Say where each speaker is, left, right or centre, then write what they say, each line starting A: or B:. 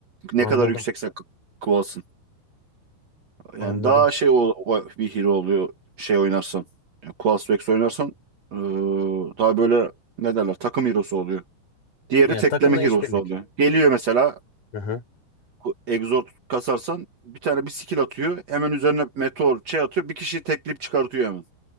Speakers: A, on the right (about 45°); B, on the left (about 45°).
A: Ne
B: Anladım.
A: kadar yüksekse Quas'ın.
B: Anladım.
A: Yani daha şey ol- o- bir hero oluyor şey oynarsan. Yani Quas Vex oynarsan ee, daha böyle ne derler takım hero'su oluyor. Diğeri
B: Yani
A: tekleme
B: takımla
A: hero'su
B: işbirlik.
A: oluyor. Geliyor mesela
B: Hı hı.
A: ku- Exort kasarsan bir tane bir skill atıyor. Hemen üzerine meteor şey atıyor. Bir kişiyi tekleyip çıkartıyor hemen.